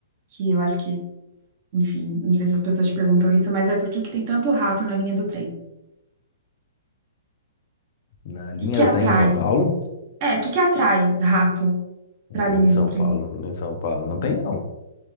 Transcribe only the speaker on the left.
Na linha
do trem
em São Paulo?
Em
São
Paulo, em São Paulo não tem não.